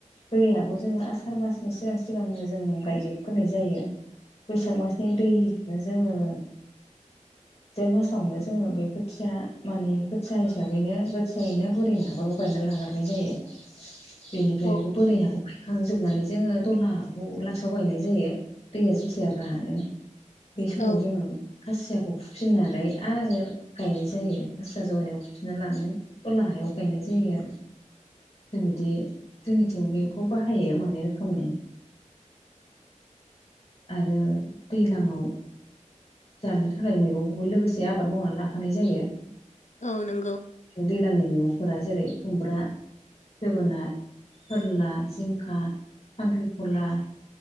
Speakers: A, on the left (about 45°); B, on the left (about 65°).
A: दैयाबो जोङो आसार मासनि सिगां सिगांनो जों गायजोबग्रोनाय जायो बैसाग मास बे दैजोंनो जोङो जेठ मासावनो जोङो बे खोथिया माने खोथिया हिसाबैनो खोथियायैनो बोरैनो हागरबावो गगायनानै लागारनाय जायो बेनिफ्राय
B: औ
A: बेखौ बोरै हागौगाय खांजोबनानै जोङो दलहाखौ लासआव गायनाय जायो दैया जेथिया रानो बे समाव
B: औ
A: जोङो खासियाखौ फुफिननानै आरो गायनाय जायो खासिया जगायनायखौ फुफिन्ना लानानै ला हायाव गायनाय जायो आरो जों बिदि जोंनिथिं बेखौ बाहायो मोननै रोखोमनि आरो दै्लांव जानो थाखाय मैगंखौबो लोगोसे आबाद मावनानै लाखानाय जायो।
B: औ नंगौ।
A: दैज्लांनि मैगंफोरा जेरै खुमब्रा जोगोनार फोरला जिंखा खांख्रिख'ला